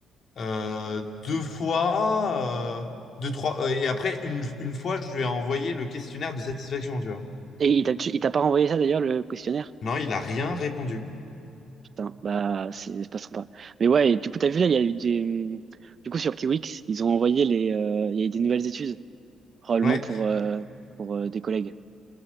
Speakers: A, on the left; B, on the right.
A: euh, deux fois, euh, deux, trois, euh, et après, une, une fois, je lui ai envoyé le questionnaire de satisfaction, tu vois.
B: Et il t'a tu- il t'a pas renvoyé ça d'ailleurs, le questionnaire?
A: Non, il a rien répondu.
B: Putain, bah c'est c'est pas sympa. Mais ouais, et du coup, t'as vu là, il y a eu des. Du coup, sur Kiwix, ils ont envoyé les. euh, Il y a eu des nouvelles études, probablement
A: Ouais.
B: pour, euh, pour euh, des collègues.